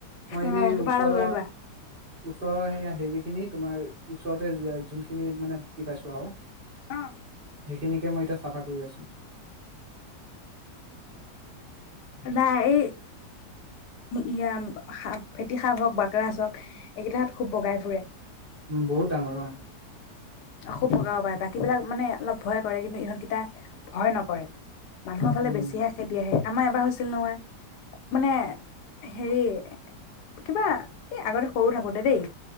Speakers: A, on the right; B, on the left.
A: মই
B: অ',
A: এনে
B: কিবা
A: উচৰ
B: এটা লৈ লোৱা।
A: ওচৰৰ সে হেৰি খিনি তোমাৰ ওচৰতে যোনখিনি মানে ঢুকি পাইছোঁ আৰু
B: অ'।
A: সেইখিনিকে মই এতিয়া চাফা কৰি আছোঁ
B: নাই এই ইয়া হা ফেটি সাপ হওক বাকৰাজ হওক এইকেইটা হেত খুব বগাই ফুৰে
A: উ বহুত ডাঙৰ অ
B: অসু প্ৰকাৰ পায় বাকীবলাক মানে অলপ ভয় কৰে কিন্তু ইহঁতকেইটা ভয় নকৰে মানুহৰ ফালে
A: উম
B: বেছিহে খেদি আহে আমাৰ এবাৰ হৈছিল নহয় মানে হেৰি কিবা এই আগতে সৰু থাকোতে দেই